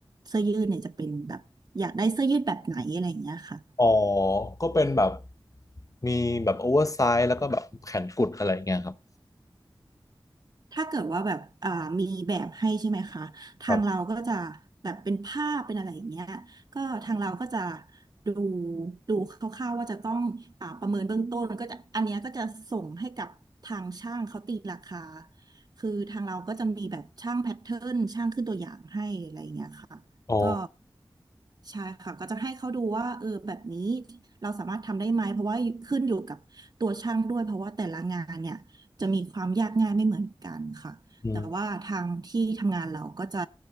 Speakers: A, on the right (about 50°); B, on the left (about 40°).
A: เสื้อยืดเนี่ยจะเป็นแบบอยากได้เสื้อยืดแบบไหนอะไรอย่างเงี้ยค่ะ
B: อ๋อก็เป็นแบบมีแบบโอเวอร์ไซส์แล้วก็แบบแขนกุดอะไรอย่างเงี้ยครับ
A: ถ้าเกิดว่าแบบอ่ามีแบบให้ใช่ไหมคะทางเราก็จะ
B: แบบ
A: แบบเป็นภาพเป็นอะไรอย่างเงี้ยก็ทางเราก็จะดูดูคร่าวๆว่าจะต้องอ่าประเมินเบื้องต้นก็จะอันเนี้ยก็จะส่งให้กับทางช่างเขาตีราคาคือทางเราก็จะมีแบบช่างแพทเทิร์นช่างขึ้นตัวอย่างให้อะไรอย่างเงี้ยค่ะก็
B: อ๋อ
A: ใช่ค่ะก็จะให้เขาดูว่าเออแบบนี้เราสามารถทำได้ไหมเพราะว่าขึ้นอยู่กับตัวช่างด้วยเพราะว่าแต่ละงานเนี่ย จะมีความยากง่ายไม่เหมือนกันค่ะแต่ว่าทางที่ทำงานเราก็จะ
B: อืม